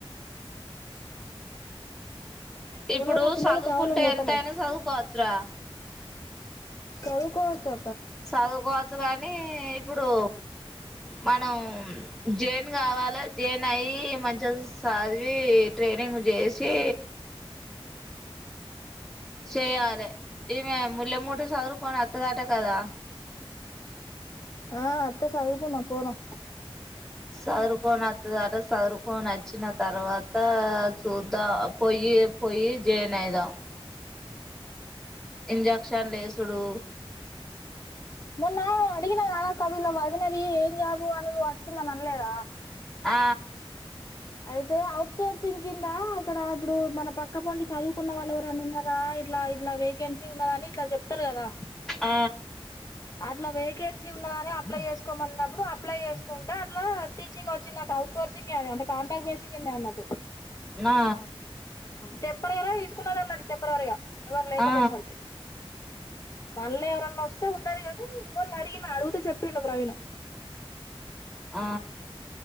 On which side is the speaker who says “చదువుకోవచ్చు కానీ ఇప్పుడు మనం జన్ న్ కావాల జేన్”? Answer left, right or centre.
Centre